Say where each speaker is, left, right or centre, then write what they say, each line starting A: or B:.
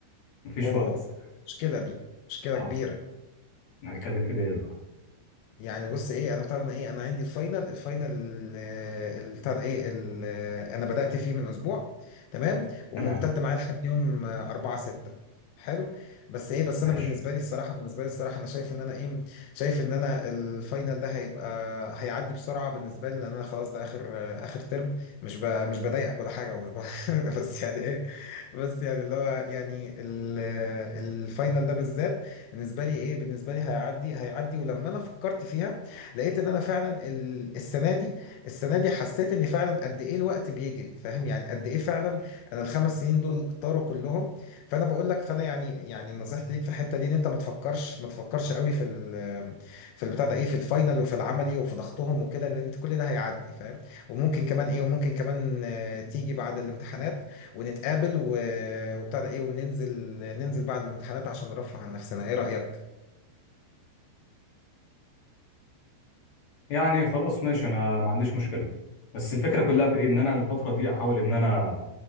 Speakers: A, on the left; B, on the left.
A: مفيش
B: اوه
A: وقت
B: مشكله دي مشكله
A: اه
B: كبيره
A: نتكلم في ديت بقى
B: يعني بص ايه انا بتاع ده انا ايه انا عندي الفاينل الفاينل آه، ال- بتاع ده ايه ال- آه، انا بدأت فيه من اسبوع تمام وممتد
A: تمام
B: معايا لحد يوم 4 6 حلو بس ايه بس
A: ماشي
B: انا بالنسبه لي الصراحه بالنسبه لي الصراحه انا شايف ان انا ايه شايف ان انا الفاينل ده هيبقى هيعدي بسرعه بالنسبه لي لان انا خلاص ده اخر آه، اخر ترم مش ب... مش بضايقك ولا حاجه ومش ب... <laughs> بس يعني ايه بس يعني اللي هو يعني ال- آه، الفاينل ده بالذات بالنسبه لي ايه بالنسبه لي هيعدي هيعدي ولما انا فكرت فيها لقيت ان انا فعلا ال- السنه دي السنه دي حسيت ان فعلا قد ايه الوقت بيجري فاهم يعني قد ايه فعلا انا الخمس سنين دول طاروا كلهم فانا بقول لك فانا يعني يعني نصيحتي ليك في الحته دي ان انت ما تفكرش ما تفكرش قوي في ال في البتاع ده ايه في الفاينل وفي العملي وفي ضغطهم وكده لان انت كل ده هيعدي فاهم وممكن كمان ايه وممكن كمان آه، تيجي بعد الامتحانات ونتقابل و... وبتاع ده ايه وننزل ننزل بعد الامتحانات عشان نرفه عن نفسنا ايه رأيك؟
A: يعني خلاص ماشي انا ما عنديش مشكله بس الفكره كلها في ايه ان انا الفتره دي احاول ان انا